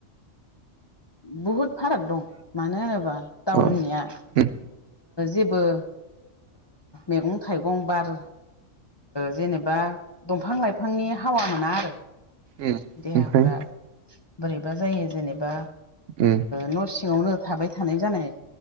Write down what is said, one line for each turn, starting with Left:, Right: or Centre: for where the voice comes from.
Left: बुहुद फाराग दं मानो होनोबा टाउननिया
Right: ओ उम
Left: जेबो मैगं थाइगं बार जेनेबा दंफां लाइफांनि हावा मोना आरो
Right: उम
Left: देहाफोरा
Right: ओमफ्राय
Left: बोरैबा जायो जेनेबा
Right: उम
Left: न' सिङावनो थाबाय थानाय जानाय